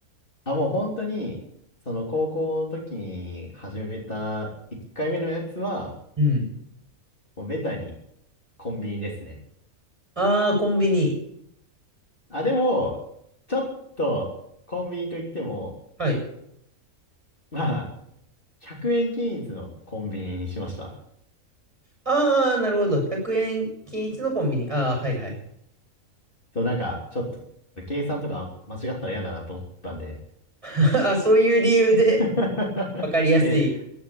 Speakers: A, on the left (about 40°); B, on the right (about 20°).
A: あ、もう本当に、その高校の時に始めた1回目のやつは、
B: うん。
A: もうベタにコンビニですね。
B: ああ、コンビニ。
A: あ、でも、ちょっとコンビニといっても、
B: はい。
A: まあ、100円均一のコンビニにしました。
B: ああ、なるほど。100円均一のコンビニ。ああ、はいはい。
A: そう、なんか、ちょっと、計算とか間違ったら嫌だなと思ったんで。
B: <laughs> あ、そういう理由で、
A: <laughs>
B: わかりやすい。
A: え、